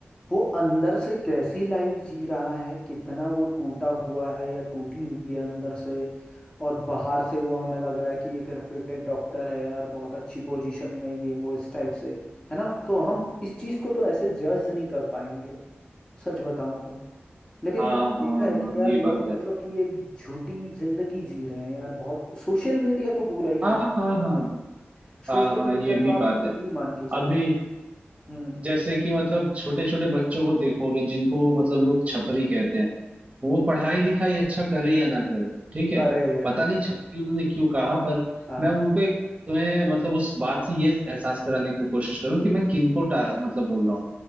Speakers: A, on the left; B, on the right.
A: वो अंदर से कैसी लाइफ जी रहा है कितना वो टूटा हुआ है या टूटी हुई है अंदर से और बाहर से वो हमें लग रहा है कि एक रेप्यूटेड डॉक्टर है यार बहुत अच्छी पोजीशन में ये वो इस टाइप से है ना तो हम इस चीज को तो ऐसे जज नहीं कर पाएंगे सच बताऊं तो लेकिन
B: हाँ
A: मैंने
B: हाँ
A: देखा है
B: हाँ
A: कि यार
B: ये
A: लोग
B: बात है
A: मतलब कि ये झूठी जिंदगी जी रहे हैं यार बहुत सोशल मीडिया तो पूरा ही मान
B: हाँ
A: के
B: हाँ
A: चलो
B: हाँ
A: भाई सोशल
B: हाँ हाँ
A: मीडिया
B: ये
A: तो
B: भी
A: आप
B: बात
A: पूरी
B: है
A: ही मान के चलो
B: अभी
A: भाई हम्म
B: जैसे कि मतलब छोटे छोटे बच्चों को देखोगे जिनको मतलब लोग छपरी कहते हैं वो पढ़ाई लिखाई अच्छा करे या ना करे ठीक है
A: अरे यार
B: पता नहीं छपरी उन्होंने क्यों कहा पर
A: हाँ
B: मैं उनको एक तुम्हें मतलब उस बात से ये एहसास कराने की कोशिश करूँ कि मैं किनको टा- मतलब बोल रहा हूँ